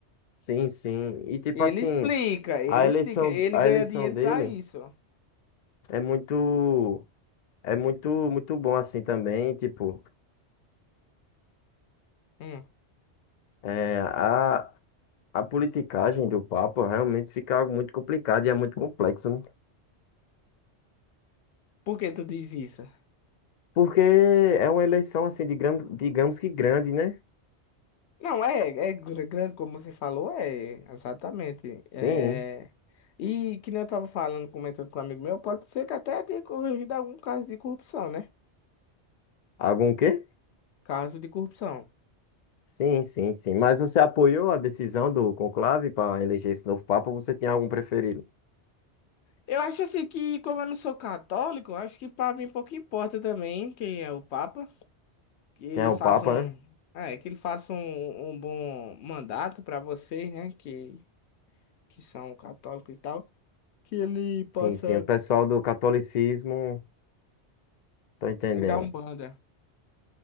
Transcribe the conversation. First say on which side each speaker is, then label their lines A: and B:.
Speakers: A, on the left (about 60°); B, on the left (about 75°).
A: Sim, sim. E tipo
B: Ele
A: assim,
B: explica, ele
A: a eleição,
B: explica, ele
A: a
B: ganha
A: eleição
B: dinheiro
A: dele
B: pra isso.
A: é muito, é muito, muito bom assim também, tipo.
B: Hum.
A: É, a, a politicagem do Papa realmente fica algo muito complicado e é muito complexo, né?
B: Por que tu diz isso?
A: Porque é uma eleição, assim, de gran- digamos que grande, né?
B: Não, é, é gr- grande, como você falou, é, exatamente.
A: Sim.
B: É, e que nem eu tava falando, comentando com um amigo meu, pode ser que até tenha corrigido algum caso de corrupção, né?
A: Algum quê?
B: Caso de corrupção.
A: Sim, sim, sim. Mas você apoiou a decisão do conclave para eleger esse novo Papa? ou Você tem algum preferido?
B: Eu acho assim que, como eu não sou católico, eu acho que pra mim pouco importa também quem é o Papa. que ele
A: Quem é o
B: faça
A: Papa,
B: um,
A: né?
B: é, que ele faça um, um bom mandato para vocês, né, que, que são católicos e tal, que ele possa
A: Sim, sim. O pessoal do catolicismo, tô entendendo.
B: ir dar Umbanda.